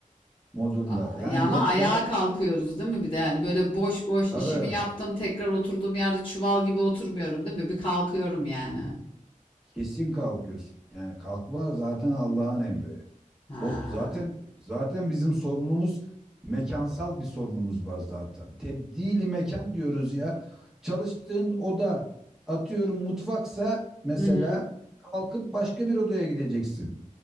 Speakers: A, in the centre; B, on the left.
A: modunda.
B: Aa,
A: Yani
B: Ya ama
A: yoksa
B: ayağa kalkıyoruz değil mi? Bir de yani böyle boş boş
A: tabii
B: işimi yaptım tekrar oturduğum yerde çuval gibi oturmuyorum değil mi? Bir kalkıyorum yani.
A: kesin kalkıyorsun. Yani kalkma zaten Allah'ın emri.
B: Ha.
A: O zaten zaten bizim sorunumuz mekansal bir sorunumuz var zaten. Tebdili mekan diyoruz ya. Çalıştığın oda atıyorum mutfaksa mesela
B: Hı hı.
A: kalkıp başka bir odaya gideceksin.